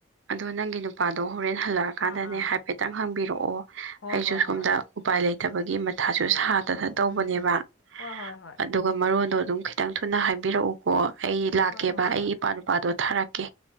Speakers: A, on the right; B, on the left.
A: ꯑꯗꯣ ꯅꯪꯒꯤ ꯅꯨꯄꯥꯗꯣ ꯍꯣꯔꯦꯟ ꯍꯜꯂꯛꯑꯀꯥꯟꯗꯅꯦ
B: ꯑꯥ ꯑꯥ
A: ꯍꯥꯏꯐꯦꯠꯇꯪ ꯍꯪꯕꯤꯔꯛꯑꯣ
B: ꯍꯣꯏ
A: ꯑꯩꯁꯨ
B: ꯍꯣꯏ
A: ꯁꯣꯝꯗ
B: ꯍꯣꯏ
A: ꯎꯄꯥꯏ ꯂꯩꯇꯕꯒꯤ ꯃꯊꯥꯁꯨ ꯁꯥꯗꯅ ꯇꯧꯕꯅꯦꯕ
B: ꯎꯝ ꯎꯝ ꯍꯣꯏ ꯍꯣꯏ ꯍꯣꯏ
A: ꯑꯗꯨꯒ ꯃꯔꯣꯟꯗꯣ ꯑꯗꯨꯝ ꯈꯤꯇꯪ ꯊꯨꯅ ꯍꯥꯏꯕꯤꯔꯛꯎꯀꯣ ꯑꯩ ꯂꯥꯛꯀꯦꯕ
B: ꯍꯣꯏ ꯍꯣꯏ
A: ꯑꯩꯒꯤ
B: ꯍꯣꯏ
A: ꯏꯄ꯭ꯋꯥꯅꯨꯄꯥ ꯅꯨꯄꯥꯗꯣ ꯊꯥꯔꯛꯀꯦ